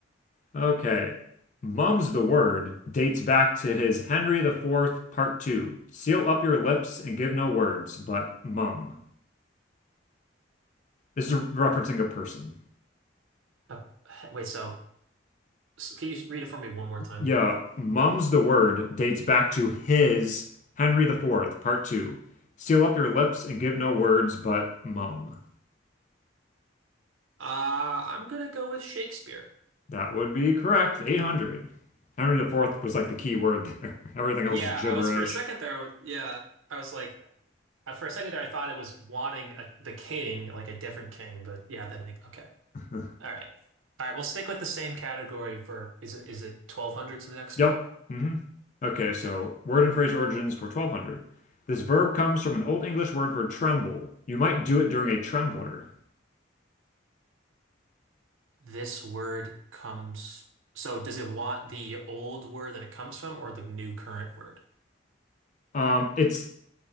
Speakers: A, on the left; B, on the right.
A: Okay. Mum's the word dates back to his Henry the Fourth, Part 2. Seal up your lips and give no words, but mum. This is referencing a person.
B: Uh, <laughs> wait, so, so can you read it for me one more time?
A: Yeah, mum's the word dates back to his Henry the Fourth, Part 2. Seal up your lips and give no words, but mum.
B: Uh, I'm gonna go with Shakespeare.
A: That would be correct. 800. Henry the Fourth was like the key word there. <laughs> Everything
B: Yeah,
A: else is gibberish.
B: I was for a second there. I was- Yeah, I was like, Uh, for a second there, I thought it was wanting a, the king, like a different king, but yeah, that makes okay.
A: <laughs>
B: All right, all right. We'll stick with the same category for is it is it twelve hundreds the next
A: Yep.
B: one?
A: hmm Okay, so
B: Yeah.
A: word and phrase origins for 1200. This verb comes from an Old English word for tremble. You might do it during a trembler.
B: This word comes. So does it want the old word that it comes from or the new current word?
A: Um, it's